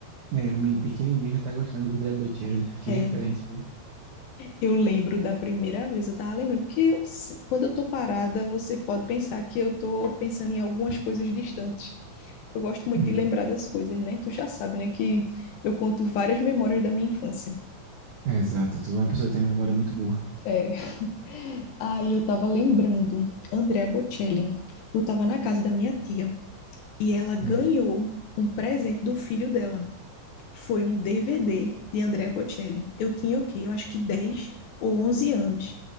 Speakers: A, on the right; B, on the left.
A: É, o menino pequenininho já tá gostando do André Bocelli, né? Que
B: É,
A: referência, viu?
B: eu lembro da primeira vez, eu tava lembrando, porque eu se- quando eu tô parada, você pode pensar que eu tô pensando em algumas coisas distantes, que eu gosto muito
A: Hum.
B: de lembrar das coisas, né? Tu já sabe, né, que eu conto várias memórias da minha infância.
A: É, exato. Tu é uma pessoa que tem uma memória muito boa.
B: É. Aí eu tava lembrando, Andrea Bocelli, eu tava na casa da minha tia, e ela ganhou
A: Hum.
B: um presente do filho dela. foi um DVD de Andrea Bocelli. Eu tinha o quê? Eu acho que dez ou onze anos.